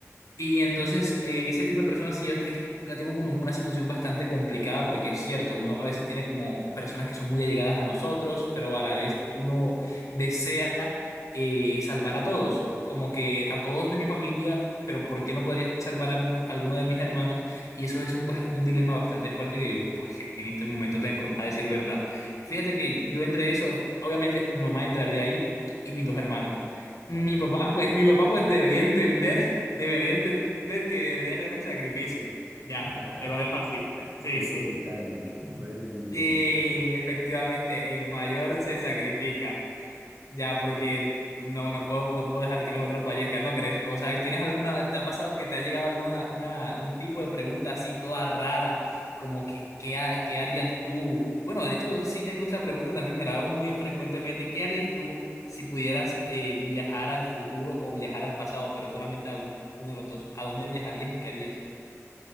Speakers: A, on the left; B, on the right.
A: Y entonces, eh, ese tipo de personas, sí, yo hasta es- la tengo como una situación bastante complicada, porque es cierto, uno a veces tiene como personas que son muy allegadas a nosotros, pero a la vez uno desea eh, salvar a todos, como que a todos de mi familia, pero ¿por qué no podría salvar a mu- alguno de mis hermanos? Y eso es un, bas- un dilema bastante fuerte que yo, pues, en este momento tengo, a decir verdad. Fíjate que yo entre eso, obviamente mi mamá entraría ahí y mis dos hermanos. Mi
B: claro.
A: papá, pues, mi papá, pues, debería entender Debería entender que debería hacer el sacrificio. Ya,
B: <laughs>
A: te lo dejo así. Sí,
B: Tipo
A: sí.
B: Titanic, mujeres y niños.
A: Y efectivamente, el mayor se sacrifica. Ya, porque el- no, no puedo, no puedo dejar que los otros fallezcan, ¿no crees? O sea, ¿tienes alguna, te ha pasado que te ha llegado alguna, una, un tipo de pregunta así toda rara, como que, ¿qué, ha- qué harías tú? Bueno, de hecho, sí tengo esa pregunta también, me la hago muy frecuentemente. ¿Qué harías tú si pudieras eh, viajar al futuro o viajar al pasado, pero solamente a uno de los dos? ¿A dónde viajarías y qué harías?